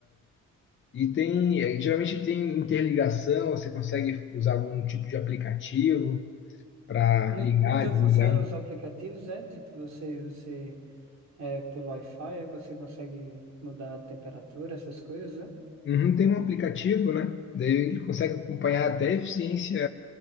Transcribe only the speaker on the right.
No,
no teu
funciona os aplicativos, é? Tipo, você, você é, pelo Wi-Fi, aí você consegue mudar a temperatura, essas coisas, é?